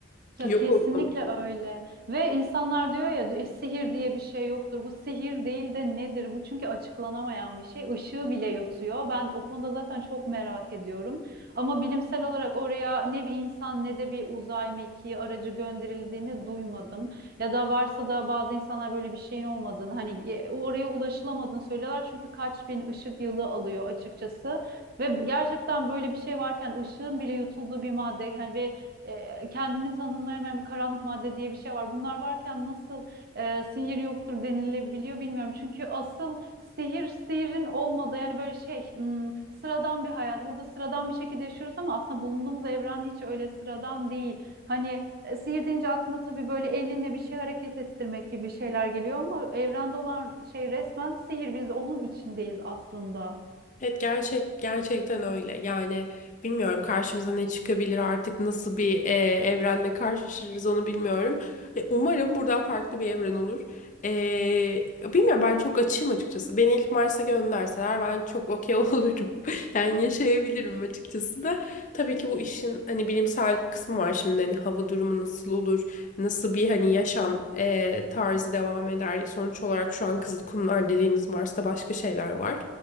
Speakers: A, on the right; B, on the left.
A: Ya
B: Yok
A: kesinlikle
B: oluyor
A: öyle. Ve insanlar diyor ya "E, sihir diye bir şey yoktur. Bu sihir değil de nedir? Bu çünkü açıklanamayan bir şey. Işığı bile yutuyor. Ben o konuda zaten çok merak ediyorum. Ama bilimsel olarak oraya ne bir insan ne de bir uzay mekiği aracı gönderildiğini duymadım. Ya da varsa da bazı insanlar böyle bir şeyin olmadığını hani e, oraya ulaşılamadığını söylüyorlar. Çünkü kaç bin ışık yılı alıyor açıkçası. Ve gerçekten böyle bir şey varken ışığın bile yutulduğu bir madde yani ve e, kendini tanımlayamayan bir karanlık madde diye bir şey var. Bunlar varken nasıl e, sihir yoktur denilebiliyor bilmiyorum. Çünkü asıl sihir sihirin olmadığı yani böyle şey hmm, sıradan bir hayat. Burada sıradan bir şekilde yaşıyoruz ama aslında bulunduğumuz evren hiç öyle sıradan değil. Hani e, sihir deyince aklına tabii böyle elinle bir şey hareket ettirmek gibi şeyler geliyor ama evrende olan şey resmen sihir. Biz onun içindeyiz aslında.
B: Evet gerçek gerçekten öyle. Yani bilmiyorum karşımıza ne çıkabilir artık nasıl bir e, evrenle karşılaşırız onu bilmiyorum. E, umarım buradan farklı bir evren olur. E, bilmiyorum ben çok açığım açıkçası. Beni ilk Mars'a gönderseler ben çok okey <laughs> olurum. Yani yaşayabilirim açıkçası da. Tabii ki bu işin hani bilimsel kısmı var şimdi. Hani hava durumu nasıl olur? Nasıl bir hani yaşam e, tarzı devam eder? Sonuç olarak şu an Kızılkumlar dediğimiz Mars'ta başka şeyler var.